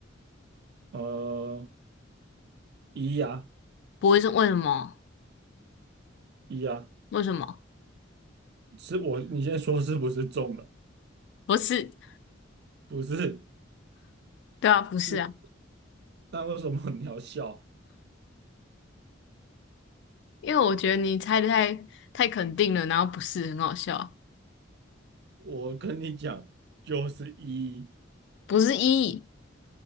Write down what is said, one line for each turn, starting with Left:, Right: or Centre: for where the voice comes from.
Right: 呃，一呀、
Left: 不会是为什么？
Right: 一呀、
Left: 为什么？
Right: 是我，你先说是不是中了？
Left: 不是，
Right: 不是，
Left: 对啊，不是啊，
Right: 是，那为什么你要笑？
Left: 因为我觉得你猜的太太肯定了，然后不是很好笑啊，
Right: 我跟你讲，就是一，
Left: 不是一